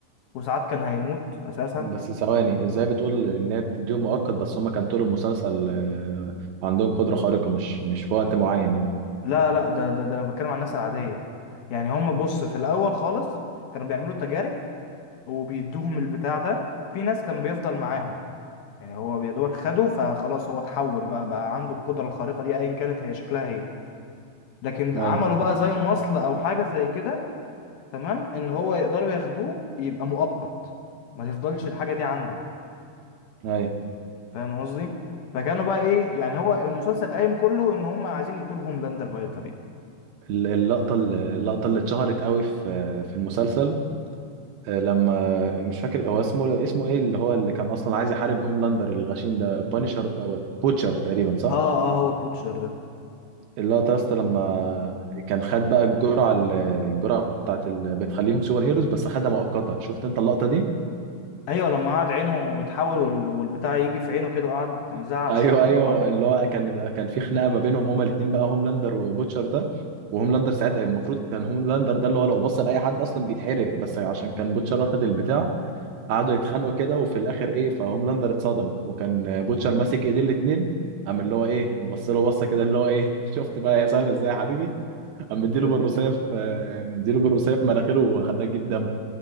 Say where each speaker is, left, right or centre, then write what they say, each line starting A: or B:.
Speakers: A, on the left (about 70°); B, on the right (about 75°).
A: وساعات كان هيموت أساسا
B: بس ثواني ازاي بتقول ان هي بتديهم مؤقت بس هم كان طول المسلسل آه، عندهم قدره خارقه مش مش في وقت معين يعني
A: لا لا ده ده, ده أنا بتكلم عن الناس العادية يعني هم بص في الأول خالص كانوا بيعملوا تجارب وبيدوهم البتاع ده في ناس كان بيفضل معاهم يعني هو يا دوبك خده فخلاص هو اتحول بقى بقى عنده القدرة الخارقة دي ايا كانت هي شكلها ايه لكن
B: اي
A: عملوا بقى زي مصل او حاجة زي كده تمام ان هو يقدروا ياخدوه يبقى مؤقت ما تفضلش الحاجة دي عنده
B: اي
A: فاهم قصدي فكانوا بقى ايه يعني هو المسلسل قايم كله ان هم عايزين يقتلوا هوملاندر بأي طريقة
B: ال- اللقطة ال- اللقطة اللي اتشهرت قوي في في المسلسل آه، لما مش فاكر هو اسمه اسمه ايه اللي هو اللي كان اصلا عايز يحارب هوملاندر الغشيم ده بانشر او بوتشر تقريبا صح؟
A: اه اه هو بوتشر ده
B: اللقطة يا اسطى لما كان خد بقى الجرعة ال- الجرعة بتاعت اللي بتخليهم سوبر هيروز بس خدها مؤقتة شفت انت اللقطة دي؟
A: ايوه لما قعد عينه يتحول وال- والبتاع يجي في عينه كده وقعد يزعق
B: ايوه
A: شوية
B: ايوه
A: وبعد
B: اللي هو كان كان في خناقة ما بينهم هما الاتنين بقى هوملاندر وبوتشر ده وهوملاندر ساعتها المفروض كان هوملاندر ده اللي هو لو بص لأي حد اصلا بيتحرق بس عشان كان بوتشر واخد البتاع قعدوا يتخانقوا كده وفي الاخر ايه فهوملاندر اتصدم وكان بوتشر ماسك ايدين الاتنين قام اللي هو ايه بص له بصه كده اللي هو ايه <laughs> شفت بقى هي سهله ازاي يا حبيبي قام مديله
A: مم.
B: بالرصاف آه، مديله بالرصاف مناخيره وخلاه تجيب دم